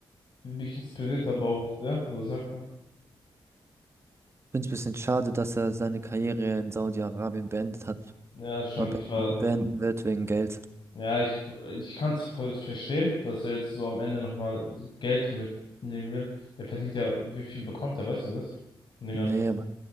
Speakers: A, on the left (about 55°); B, on the right (about 30°).
A: Mich inspiriert aber auch, ja, oder sag mal.
B: finde es ein bisschen schade, dass er seine Karriere in Saudi-Arabien beendet hat.
A: Ja, schon,
B: Mal be-
A: ich war,
B: beenden wird wegen Geld.
A: ja, ich, ich kann es voll verstehen, dass er jetzt so am Ende nochmal Geld mitnehmen will. Der verdient ja, wie viel bekommt er, weißt du das? In den
B: Nee,
A: ganzen,
B: aber